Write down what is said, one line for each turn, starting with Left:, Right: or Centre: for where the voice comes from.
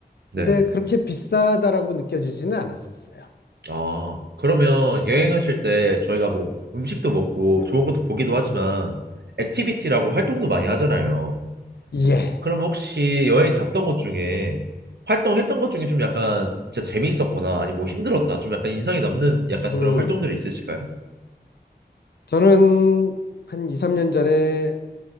Right: 네.
Left: 근데 그렇게 비싸다라고 느껴지지는 않았었어요.
Right: 아, 그러면 여행하실 때 저희가 뭐 음식도 먹고 좋은 것도 보기도 하지만 액티비티라고 활동도 많이 하잖아요.
Left: 예.
Right: 그럼 혹시 여행 갔던 것 중에 활동했던 것 중에 좀 약간 진짜 재미있었거나 아니 뭐 힘들었다 좀 약간 인상이 남는 약간
Left: 음.
Right: 그런 활동들이 있으실까요?
Left: 저는 한 이삼 년 전에